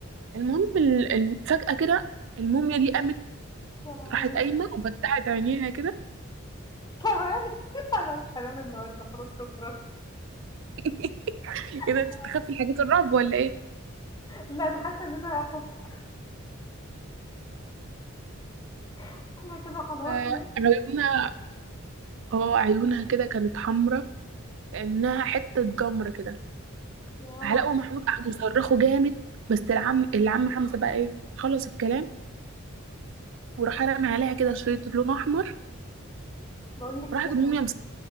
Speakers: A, on the right (about 60°); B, on the left (about 20°).
A: المهم ال... ال... فجاه كده الموميا دي قامت
B: يا لهوي!
A: راحت قايمه وفتحت عينيها كده
B: كمان! <laughs> أنا مش هانام النهارده خلاص شكرًا.
A: <laughs>
B: <laughs>
A: ايه ده بتستخبي حاجات الرعب ولا ايه
B: لا أنا حاسة إن أنا خُفت. إحنا كده خلاص
A: فعيونها
B: ن
A: اه عيونها كده كانت حمرا كانها حته جمره كده
B: يا
A: فعلاء
B: رب!
A: ومحمود قعدوا يصرخوا جامد بس العم العم حمزه بقى ايه خلص الكلام وراح رمى عليها كده شريط لون احمر
B: باقول لك
A: راحت
B: إيه،
A: الموميا
B: إحنا